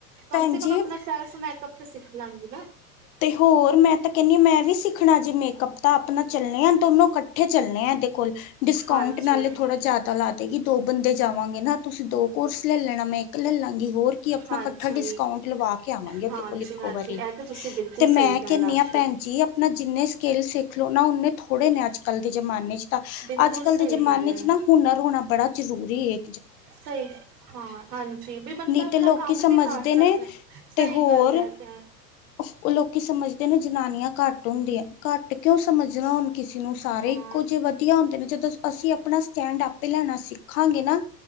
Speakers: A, on the right (about 70°); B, on the left (about 55°).
A: ਕਮ
B: ਭੈਣ
A: ਸੇ ਕਮ
B: ਜੀ
A: ਆਪਨਾ ਸੈਰ ਮੇਕ ਅਪ ਤੇ ਸਿੱਖ ਲਾਂਗੀ ਨਾ
B: ਤੇ ਹੋਰ ਮੈਂ ਤਾਂ ਕਹਿੰਦੀ ਹਾਂ ਮੈਂ ਵੀਸਿੱਖਣਾ, ਜੇ ਮੇਕਅੱਪ ਤਾਂ ਆਪਣਾ ਚੱਲਣੇ ਹਾਂ, ਦੋਨੋਂ ਇਕੱਠੇ ਚੱਲਣੇ ਆ ਇਹਦੇ ਕੋਲ ਡਿਸਕਾਊਂਟ
A: ਹਾਂਜੀ
B: ਨਾਲ, ਥੋੜਾ ਜਿਆਦਾ ਜੀ ਦੋ ਬੰਦੇ ਜਾਵਾਂਗੇ ਨਾ, ਤੁਸੀਂ ਦੋ ਕੋਰਸ ਲੈ ਲੈਣਾ, ਮੈਂ ਇੱਕ ਲੈ ਲਾਂਗੀ ਹੋਰ ਕਿ ਅਪਨਾ
A: ਹਾਂਜੀ
B: ਇਕੱਠਾ ਡਿਸਕਾਊਂਟ ਲਵਾ ਕੇ ਆਵਾਂਗੇ
A: ਹਾਂਜੀ
B: ਇੱਕੋ
A: ਹਾਂਜੀ
B: ਵਾਰੀ
A: ਇਹ ਤਾਂ ਤੁਸੀਂ ਬਿਲਕੁਲ
B: ਤੇ ਮੈਂ
A: ਸਹੀ ਗੱਲ
B: ਕਿਹਨੀ
A: ਆਖੀ
B: ਆ, ਭੈਣਜੀ ਆਪਣਾ ਜਿੰਨੇ ਸਕੇਲ ਸਿੱਖ ਲਓ ਨਾ, ਉਨੇ ਥੋੜੇ ਨੇ ਅੱਜ- ਕੱਲ ਦੇ ਜਮਾਨੇ ਚ
A: ਬਿਲਕੁਲ
B: ਅੱਜ-ਕੱਲ
A: ਸਹੀ
B: ਦੇ ਜਮਾਨੇ
A: ਗੱਲ ਹੈ
B: ਚ, ਨਾ ਹੁਨਰ ਰੋਣਾ ਬੜਾ ਜਰੂਰੀ ਏ
A: ਸਹੀ ਏ, ਹਾਂ ਹਾਂਜੀ, ਬੰਦਾ
B: ਨਹੀਂ
A: ਆਪਣਾ
B: ਤੇ ਲੋਕੀ
A: ਕੰਮ
B: ਸਮਝਦੇ
A: ਤੇ ਕਰ ਸਕਦਾ
B: ਨੇ
A: ਸਹੀ
B: ਤੇ ਹੋਰ
A: ਗੱਲ ਏ, ਤਿਆਰ
B: ਉਹ ਲੋਕੀ ਸਮਝਦੇ ਨੇ, ਜਨਾਨੀਆਂ ਘੱਟ ਹੁੰਦੀਆਂ ਘੱਟ ਕਿਉਂ ਸਮਝਣਾ ਹੁਣ ਕਿਸੇ ਨੂੰ, ਸਾਰੇ
A: ਹਾਂ
B: ਇਕੋ ਜਿਹੇ ਵਧੀਆ ਹੁੰਦੇ ਨੇ ਜਦੋਂ ਅਸੀਂ ਆਪਣਾ ਸਟੈਂਡ, ਆਪੇ ਲੈਣਾ ਸਿੱਖਾਂਗੇ ਨਾ